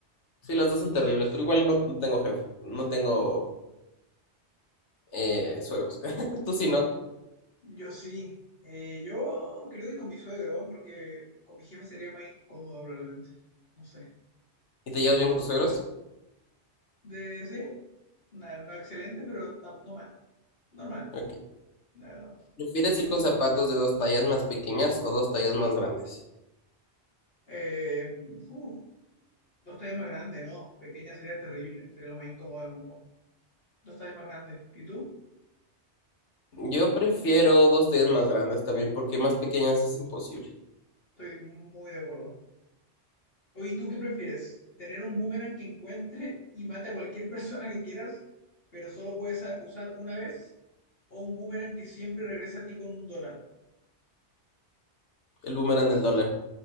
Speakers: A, on the left; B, on the left.
A: Sí, las dos son terribles, pero igual no, no tengo jefe, no tengo eh, suegros. <laughs> Tú sí, ¿no?
B: Yo sí. Eh, yo creo que con mi suegro, porque con mi jefe sería más incómodo probablemente. No sé.
A: ¿Y te llevas bien con tus suegros?
B: ¿De sí? No, no excelente, pero tam- no mal. Normal,
A: Ok.
B: la verdad.
A: ¿Prefieres ir con zapatos de dos tallas más pequeñas o dos tallas más grandes?
B: Eh, uf, dos tallas más grandes, no. Pequeña sería terrible. Sería lo más incómodo del mundo. Dos tallas más grandes. ¿Y tú?
A: Yo prefiero dos tallas más grandes también, porque más pequeñas es imposible.
B: Estoy muy de acuerdo. Oye, ¿tú qué prefieres? ¿Tener un boomerang que encuentre y mate a cualquier <laughs> persona que quieras, pero solo puedes a- usar una vez? ¿O un boomerang que siempre regresa a ti con un dólar?
A: El boomerang del dólar.